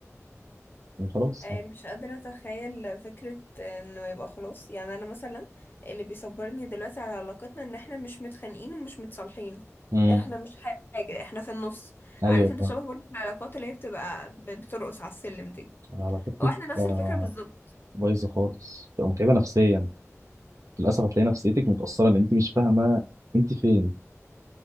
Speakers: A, on the right; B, on the left.
A: يعني خلاص
B: آه، مش قادرة اتخيل فكرة انه يبقى خلاص يعني انا مثلا اللي بيصبرني دلوقتي على علاقتنا ان احنا مش متخانقين ومش متصالحين
A: امم
B: احنا مش حاجة احنا في النص
A: ايوه
B: عارف انت
A: فاهم
B: شبه برضه العلاقات اللي هي بتبقى ب- بترقص على السلم دي
A: علاقتك
B: هو احنا نفس
A: آه،
B: الفكرة بالظبط
A: بايظه خالص بتبقى متعبه نفسيا للاسف هتلاقي نفسيتك متاثره لان انت مش فاهمه انت فين